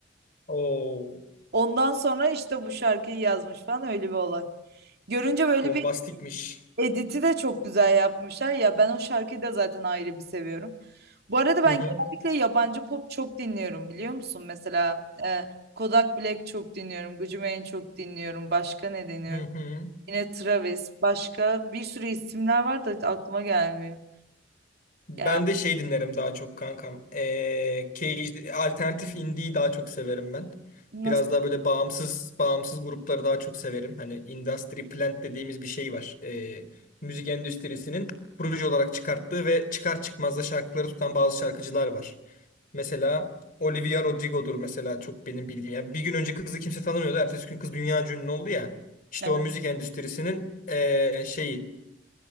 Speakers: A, on the left; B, on the right.
A: Oo,
B: Ondan sonra işte bu şarkıyı yazmış falan öyle bir olay. Görünce böyle
A: bombastikmiş.
B: bir Edit'i de çok güzel yapmışlar. Ya ben o şarkıyı da zaten ayrı bir seviyorum. Bu arada ben
A: Hı hı.
B: genellikle yabancı pop çok dinliyorum biliyor musun? Mesela e, Kodak Black çok dinliyorum. Gucci Mane çok dinliyorum. Başka ne dinliyorum?
A: Hı hı.
B: Yine Travis. Başka bir sürü isimler var da aklıma gelmiyor.
A: Ben
B: Ya
A: de şey dinlerim daha çok kankam. Ee, Cage, alternatif indie'yi daha çok severim ben.
B: nasıl?
A: Biraz daha böyle bağımsız bağımsız grupları daha çok severim. Hani Industry Plant dediğimiz bir şey var. Ee, müzik endüstrisinin proje olarak çıkarttığı ve çıkar çıkmaz da şarkıları tutan bazı şarkıcılar var. Mesela Olivia Rodrigo'dur mesela çok benim bildiğim. Yani bir gün önce kızı kimse tanımıyordu. Ertesi gün kız dünya ünlü oldu ya. İşte
B: e,
A: o müzik endüstrisinin eee, şeyi